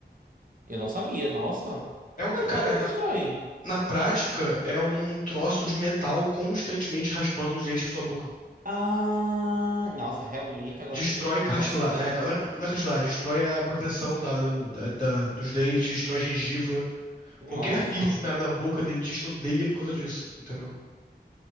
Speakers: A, on the right; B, on the left.
A: Eu não sabia, nossa.
B: É um,
A: Mas
B: cara,
A: como é que ele
B: é-
A: destrói?
B: na prática, é um troço de metal constantemente raspando os dentes da sua boca.
A: Ah, nossa, realmente, agora
B: destrói cartilagem.
A: faz sentido.
B: É, não é não é cartilagem, destrói a proteção da, do- da- da- dos dentes, destrói gengiva.
A: Nossa,
B: Qualquer piercing na área da boca, dentista odeia por causa disso, entendeu?